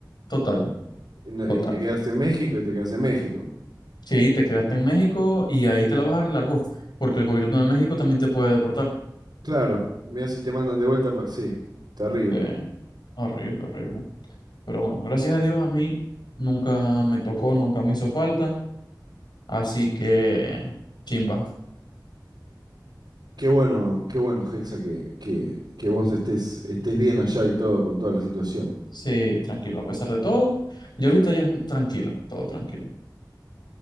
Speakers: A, on the left; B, on the right.
A: Total,
B: no-
A: total.
B: y te quedas en México y te quedas en México.
A: Sí, te quedaste en México y ahí te la vas a arreglar vos, porque el gobierno de México también te puede deportar.
B: Claro, mira si te mandan de vuelta, pa- sí, terrible.
A: Sí, horrible, horrible. Pero bueno, gracias a Dios a mí nunca me tocó, nunca me hizo falta, así que chimba.
B: Qué bueno, qué bueno, Hexa, que, que, que vos estés, estés bien allá y todo con toda la situación.
A: Sí, tranquilo, a pesar de todo. Y ahorita ya es tranquilo, todo tranquilo.